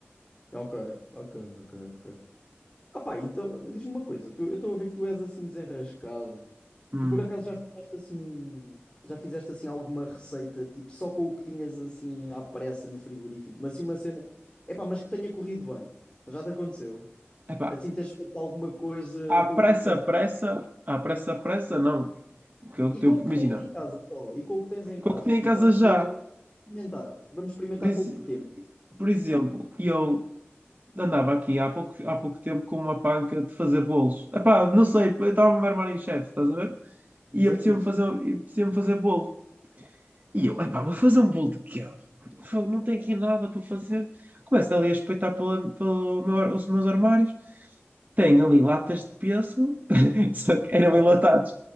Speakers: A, on the left; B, on the right.
A: Ok, ok, ok, ok. Ah pá, então, diz-me uma coisa, tu- eu estou a ver que tu és assim desenrascado.
B: Hum.
A: Tu por acaso já fizeste assim, já fizeste assim alguma receita, tipo, só com o que tinhas assim à pressa no frigorífico, mas assim uma cena, é pá, mas que tenha corrido bem. Já te aconteceu?
B: Epá,
A: Assim tens feito alguma coisa
B: à
A: com
B: pressa,
A: o que tens
B: pressa, à pressa, pressa, não. Que eu,
A: e com
B: eu,
A: o
B: imagina,
A: que tens em casa só, e com o que tens em casa,
B: com o que tenho
A: tipo,
B: em casa
A: olha,
B: já.
A: vou experimentar, vamos experimentar
B: Por, ex-
A: com o que temos.
B: por exemplo, eu andava aqui há pouco, há pouco tempo com uma panca de fazer bolos. Epá, não sei, eu estava a me armar em chefe, estás a ver?
A: Isso
B: E apetecia-me
A: é fixe.
B: fazer, e apetecia-me fazer bolo. E eu, epá, vou fazer um bolo de queijo. Fogo, Não tenho aqui nada para fazer. Começo ali a espreitar pela, pelo meu ar- os meus armários. Tenho ali latas de pêssego, <laughs> só que eram
A: Ok,
B: enlatados,